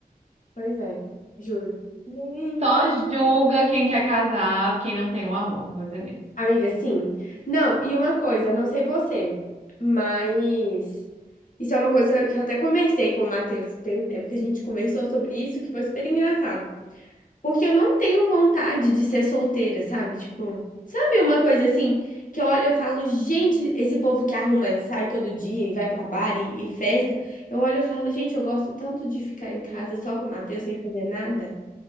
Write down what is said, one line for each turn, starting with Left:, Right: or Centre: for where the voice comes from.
Left: pois é, juro. Nem
Right: só julga quem quer casar, quem não tem um amor, vou dizer mesmo.
Left: Amiga, sim. Não, e uma coisa, não sei você, mas isso é uma coisa que eu até conversei com o Matheus. Tem um tempo que a gente conversou sobre isso, que foi super engraçado. Porque eu não tenho vontade de ser solteira, sabe? Tipo, sabe uma coisa assim, que eu olho e eu falo, gente, esse povo que arruma, sai todo dia e vai pra bar e, e festa. Eu olho e eu falo, gente, eu gosto tanto de ficar em casa só com o Matheus sem fazer nada,